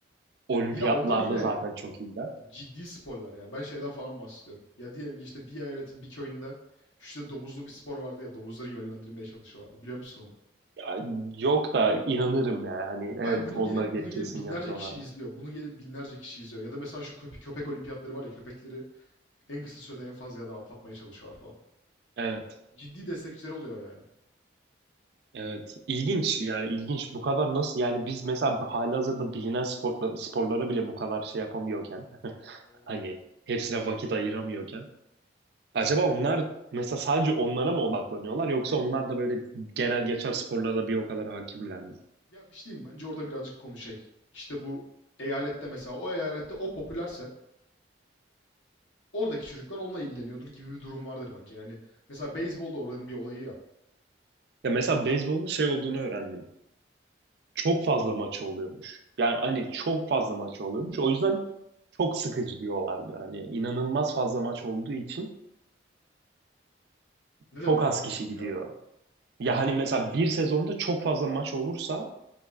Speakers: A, on the right; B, on the left.
A: Olimpiyatlarda
B: Ya, onlar yine
A: zaten çok iyiler.
B: ciddi sporlar ya. Ben şeyden falan bahsediyorum. Ya, diyelim ki işte bir eyaletin bir köyünde işte domuzlu bir spor vardı ya, domuzları yönlendirmeye çalışıyorlardı. Biliyor musun onu?
A: Ya, yok da inanırım yani. Hani evet
B: Abi bunu
A: onlar
B: gelip
A: ge-
B: bunu gelip
A: kesin
B: binlerce
A: yapıyorlar.
B: kişi izliyor. Bunu gelip binlerce kişi izliyor. Ya da mesela şu köpe köpek olimpiyatları var ya, köpekleri En kısa sürede en fazla yerden atlatmaya çalışıyorlar falan.
A: Evet.
B: Ciddi destekçileri oluyor yani.
A: Evet. İlginç yani ilginç. Bu kadar nasıl yani biz mesela halihazırda bilinen sporla, sporlara bile bu kadar şey yapamıyorken <laughs>
B: Doğru.
A: hani hepsine vakit ayıramıyorken Acaba onlar mesela sadece onlara mı odaklanıyorlar yoksa onlar da böyle genel geçer sporlara da bir o kadar hakimler mi?
B: Ya bir şey diyeyim bence orada birazcık konu şey. İşte bu eyalette mesela o eyalette o popülerse oradaki çocuklar onunla ilgileniyordur gibi bir durum vardır bence. Yani mesela beyzbol da oranın bir olayı ya.
A: Ya mesela beyzbolun şey olduğunu öğrendim. Çok fazla maçı oluyormuş. Yani hani çok fazla maçı oluyormuş. O yüzden çok sıkıcı diyorlardı. Hani inanılmaz fazla maç olduğu için
B: Ne
A: çok
B: demek
A: az
B: bu tam
A: kişi
B: olarak
A: gidiyor.
B: ya?
A: Ya hani mesela bir sezonda çok fazla maç olursa